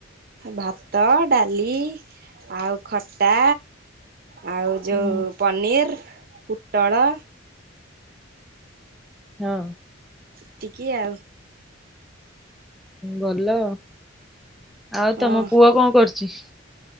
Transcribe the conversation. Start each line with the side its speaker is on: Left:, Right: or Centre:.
Right: ଭାତ ଡାଲି ଆଉ ଖଟା ଆଉ ଯୋଉଁ
Centre: ହୁଁ
Right: ପନିର ପୋଟଳ
Centre: ହଁ।
Right: ସେତିକି ଆଉ।
Centre: ଭଲ ଆଉ
Right: ହଁ
Centre: ତମ ପୁଅ କଣ କରୁଛି?